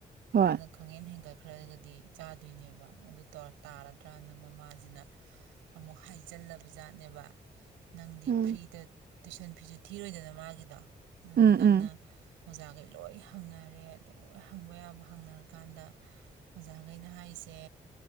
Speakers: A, on the right (about 55°); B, on the right (about 90°).
A: ꯍꯣꯏ
B: ꯑꯗꯨꯗ ꯈꯪꯍꯦꯟ ꯍꯦꯟꯒꯠꯄꯥ ꯈꯔꯒꯗꯤ ꯆꯥꯗꯣꯏꯅꯦꯕ ꯑꯗꯨ ꯇꯥꯔꯗ꯭ꯔꯅ ꯃꯃꯥꯁꯤꯅ ꯑꯃꯨꯛ ꯍꯥꯏꯖꯤꯜꯂꯕ ꯖꯥꯠꯅꯦꯕ ꯅꯪꯗꯤ
A: ꯎꯝ
B: ꯐ꯭ꯔꯤꯗ ꯇꯨꯏꯁꯟ ꯐꯤꯁꯨ ꯊꯤꯔꯣꯏꯗꯅ ꯃꯥꯒꯤꯗꯣ
A: ꯎꯝ
B: ꯅꯪꯅ
A: ꯎꯝ
B: ꯑꯣꯖꯥ ꯈꯩ ꯂꯣꯏ ꯍꯪꯅꯔꯦ ꯂꯣꯏ ꯍꯪꯕ ꯌꯥꯕ ꯍꯪꯅꯔꯀꯥꯟꯗ ꯑꯣꯖꯥ ꯈꯩꯅ ꯍꯥꯏꯁꯦ